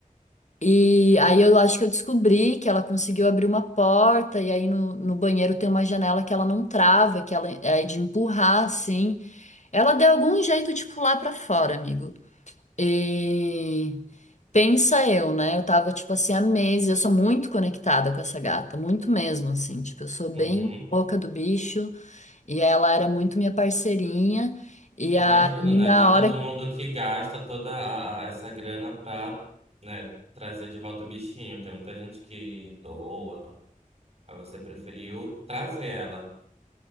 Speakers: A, on the left (about 60°); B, on the right (about 45°).
A: E aí eu acho que eu descobri que ela conseguiu abrir uma porta, e aí no, no banheiro tem uma janela que ela não trava, que ela é de empurrar, assim. Ela deu algum jeito de pular pra fora, amigo. E pensa eu, né? Eu tava, tipo assim, há meses, eu sou muito conectada com essa gata, muito mesmo, assim. Tipo, eu sou bem
B: Uhum.
A: boca do bicho, e ela era muito minha parceirinha. E
B: Imagino,
A: aí,
B: né?
A: na
B: Não é todo
A: hora
B: mundo que gasta toda a- a- essa grana pra, né, trazer de volta o bichinho. Tem muita gente que doa. Aí você preferiu trazer ela.